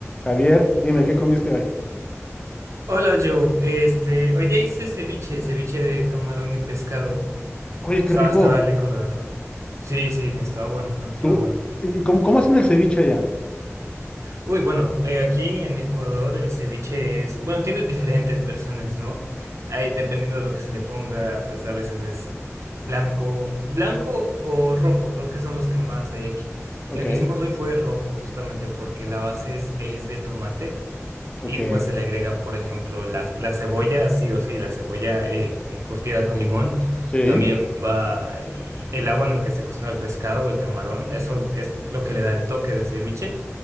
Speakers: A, on the left; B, on the right.
A: Javier, dime, ¿qué comiste hoy?
B: Hola Joe, este, hoy día hice ceviche, ceviche de camarón y pescado.
A: Oye, qué
B: Estaba,
A: rico.
B: estaba rico, la verdad. Sí, sí, sí, estaba bueno, estaba
A: ¿Tú?
B: bueno.
A: ¿Y y cómo, cómo hacen el ceviche allá?
B: Uy, bueno, eh, aquí en Ecuador el ceviche es, bueno, tiene diferentes versiones, ¿no? Ahí, dependiendo de lo que se le ponga, pues a veces es blanco, blanco o rojo, creo que son los que más hay aquí.
A: Ok,
B: El que hicimos hoy fue rojo, justamente porque la base es, es de tomate.
A: ok,
B: Y pues se le agrega, por ejemplo, la, la cebolla, sí o sí, la cebolla eh, curtida con limón.
A: sí,
B: También va el, el agua en el que se cocina el pescado o el camarón. Eso es lo que le da el toque de ceviche.